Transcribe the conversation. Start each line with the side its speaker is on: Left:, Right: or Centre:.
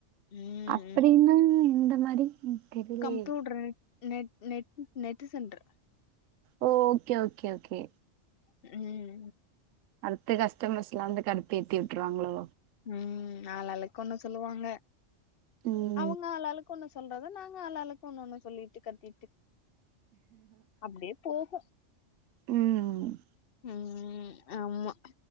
Left: ம்
Right: அப்டின்னா எந்த மாரி தெரிலயே
Left: computer net net net centre
Right: ஓ ஓகே ஓகே ஓகே
Left: ம்
Right: அடுத்த கஸ்டமர்ஸ்லா வந்து கடுப்பு ஏத்தி விட்ருவாங்ளோ
Left: ம் ஆள் ஆளுக்கு ஒன்னு சொல்லுவாங்க
Right: ம்
Left: அவுங்க ஆளாளுக்கு ஒன்னு சொல்றத நாங்க ஆளாளுக்கு ஒன்னு ஒன்னு சொல்லீட்டு கத்தீட்டு அப்டியே போகு
Right: ம்
Left: ம் ஆம்மா